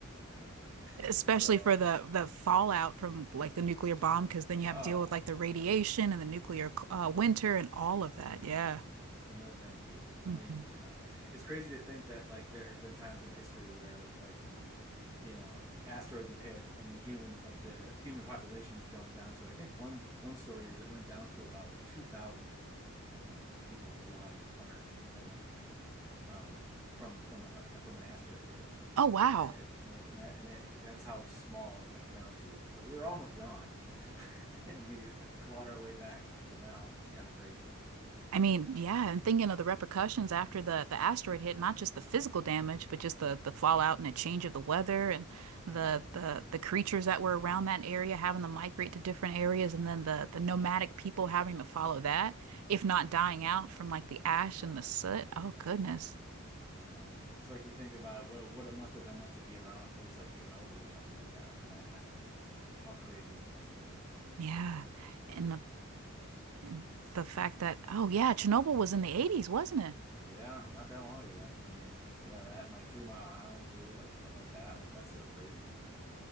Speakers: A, on the right; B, on the right.
A: <laughs>
B: especially
A: so
B: for the the fallout from like the nuclear bomb, because then you have
A: Oh,
B: to deal with like the radiation and the nuclear uh, winter and all of that. Yeah.
A: no, thank you. I
B: Mhm.
A: mean, yeah. It's crazy to think that like there has been times in history where like, you know, asteroids have hit and the human like the human population has gone down to I think one one story is it went down to about like 2000 people were left on earth at one point um, from from a from an asteroid hit.
B: Oh wow.
A: And it and it, and, that, and it, that's how small it got down to. So we were almost gone, <laughs> and we clawed our way back to now. It's kind of crazy.
B: I mean, yeah, and thinking of the repercussions after the the asteroid hit, not just the physical damage, but just the the fallout and the change of the weather and the
A: Oh yeah,
B: the the creatures that were around that area having to migrate to different areas and then the the nomadic people having to follow that, if not dying out from like the ash and the soot. Oh goodness.
A: Yeah, it's like you think about it, what it, what it must have been like to be around a place like Chernobyl or something like that when that happened. Like how crazy that must have been.
B: Yeah.
A: Like
B: And the, and the fact that oh yeah, Chernobyl was in the 80s, wasn't it?
A: yeah, not that long ago. I mean, yeah, that and like Three Mile Island too, like stuff like that. Like that's so crazy.